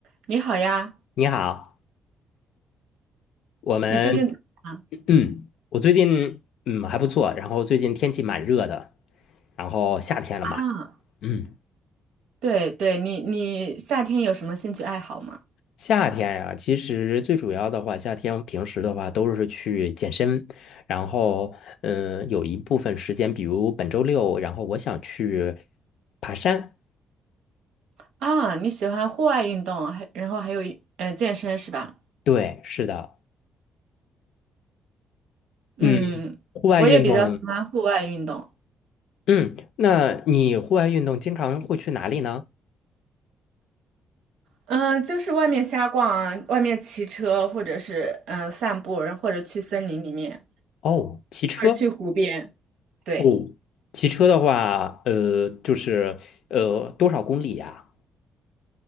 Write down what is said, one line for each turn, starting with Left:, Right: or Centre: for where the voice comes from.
Right: 你好呀，
Left: 你好，我们
Right: 你最近怎么样
Left: 嗯，我最近嗯还不错，然后最近天气蛮热的，然后夏天了嘛，
Right: 啊？
Left: 嗯，
Right: 对对，你你夏天有什么兴趣爱好吗？
Left: 夏天呀、其实最主要的话，夏天平时的话都是去健身，然后嗯、呃有一部分时间，比如本周六，然后我想去爬山，
Right: 啊，你喜欢户外运动，还然后还有呃健身是吧？
Left: 对，是的，
Right: 嗯，
Left: 嗯，户外运动，
Right: 我也比较喜欢户外运动，
Left: 嗯，那你户外运动经常会去哪里呢？
Right: 嗯、就是外面瞎逛啊，外面骑车或者是嗯、呃散步，然后或者去森林里面，
Left: 哦，骑车，
Right: 或者去湖边。对，
Left: 哦，骑车的话，呃，就是呃，多少公里呀？